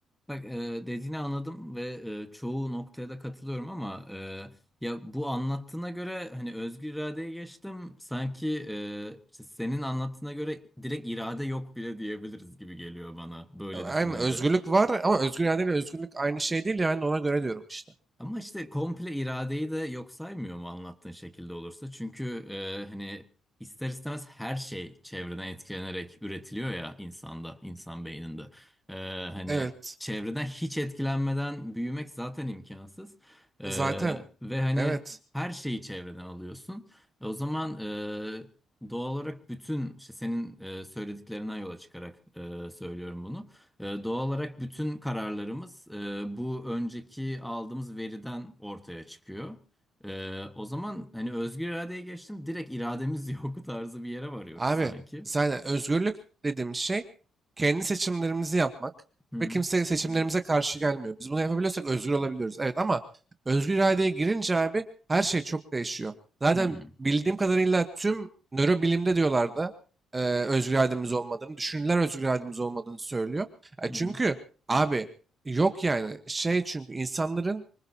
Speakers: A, in the centre; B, on the right.
A: Bak e, dediğini anladım ve e, çoğu noktaya da katılıyorum ama e, ya bu anlattığına göre hani özgür iradeye geçtim sanki e, işte senin anlattığına göre direkt irade yok bile diyebiliriz gibi geliyor bana böyle
B: E, Aynen
A: düşününce.
B: özgürlük var ama özgür irade ile özgürlük aynı şey değil ya. Ben de ona göre diyorum işte.
A: Ama işte komple iradeyi de yok saymıyor mu anlattığın şekilde olursa? Çünkü e, hani ister istemez her şey çevreden etkilenerek üretiliyor ya insanda, insan beyninde. E, hani
B: Evet.
A: çevreden hiç etkilenmeden büyümek zaten imkansız. E,
B: Zaten.
A: ve hani
B: Evet.
A: her şeyi çevreden alıyorsun. E, O zaman e, doğal olarak bütün işte senin e, söylediklerinden yola çıkarak e, söylüyorum bunu. Ee, Doğal olarak bütün kararlarımız e, bu önceki aldığımız veriden ortaya çıkıyor. Ee, o zaman hani özgür iradeye geçtim, direkt irademiz <laughs> yok tarzı bir yere varıyoruz
B: Abi
A: sanki.
B: zaten özgürlük dediğim şey kendi seçimlerimizi yapmak
A: Hı hı.
B: ve kimse seçimlerimize karşı gelmiyor. Biz bunu yapabiliyorsak özgür olabiliyoruz. Evet ama özgür iradeye girince abi her şey çok değişiyor. Zaten
A: Hı hı.
B: bildiğim kadarıyla tüm nörobilimde diyorlardı e, özgür irademiz olmadığını, düşünürler özgür irademiz olmadığını söylüyor. E,
A: Hı
B: çünkü
A: hı.
B: abi yok yani şey çünkü insanların